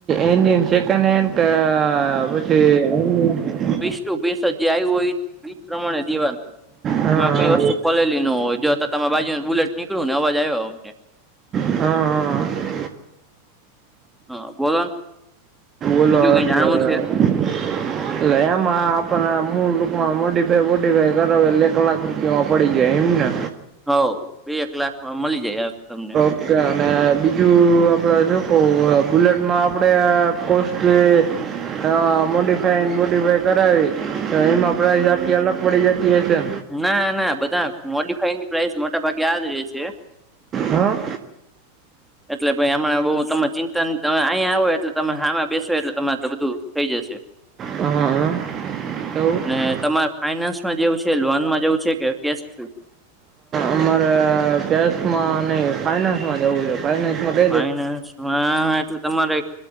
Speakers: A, on the right (about 25°); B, in the centre.
A: એન્જિન સેકન્ડ હેન્ડનું પછી
B: પીસુ પેઇન્ટ જે આવ્યું હોય, એ પ્રમાણે દેવાનું.
A: હા
B: એમાં
A: હા
B: કંઈ વસ્તુ ખોલેલી ન હોય, જોતા તમારા બાજુથી બુલેટ નીકળે ને અવાજ આવ્યો અમને.
A: હા, હા.
B: હા, બોલો.
A: ઓલર
B: બીજું
A: <unintelligible>
B: કઈ
A: એટલે
B: જાણવું છે
A: એમાં આપણને મૂળ રૂપમાં મોડીફાઈ વોડફાઈ કરાવે, એલે એક લાખ રૂપિયામાં પડી જાય એમ ને.
B: હવે બે-એક લાખમાં મલી જાય તમને.
A: અને બીજું આપડે શું કહેવાય, બુલેટમાં આપડે. કોસ્ટસ્ટલી. હ, મોડિફાઈ-મોડીફાઈ કરાવી તો, એમાં પ્રાઇઝ આખી અલગ પડી જતી હશે.
B: ના, ના, બધા મોડીફાઈની પ્રાઇસ મોટા ભાગે આ જ રેય છે.
A: હા.
B: એટલે ભાઈ હમણાના બઉ તમે ચિંતાની તમે અહીંયા આવો, એટલે તમે હમણા બેસો, એટલે તમારે બધું થઈ જશે.
A: હા તવ
B: અને
A: <unintelligible>
B: તમારે ફાઈનાન્સમાં જેવું છે? લોનમાં જેવું છે? કે કેશ થ
A: અમારે કેશમાં નય, ફાઈનાન્સમાં જવું છે. ફાયનાશ માં <unintelligible>
B: ફાઈનાન્સ માં એટલે તમારે